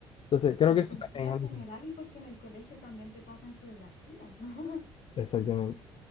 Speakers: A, on the left (about 40°); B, on the left (about 65°).
A: entonces creo
B: Por
A: que eso
B: cultura
A: también es una
B: general
A: diferencia.
B: y porque en el colegio también te pasan geografía. <laughs>
A: Exactamente.